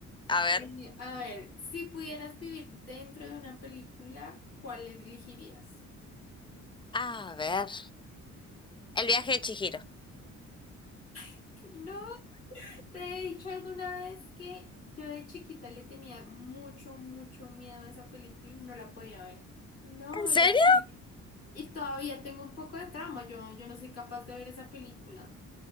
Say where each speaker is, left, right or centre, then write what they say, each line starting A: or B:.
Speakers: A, on the left (about 15°); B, on the left (about 50°).
A: A ver.
B: Eh, a ver, si pudieras vivir dentro de una película, ¿cuál elegirías?
A: A ver. El viaje de Chihiro.
B: <laughs> No. Te he dicho alguna vez que yo de chiquita le tenía mucho, mucho miedo a esa película y no la podía ver. No,
A: ¿En serio?
B: era horrible. Y todavía tengo un poco de trauma, yo, yo no soy capaz de ver esa película.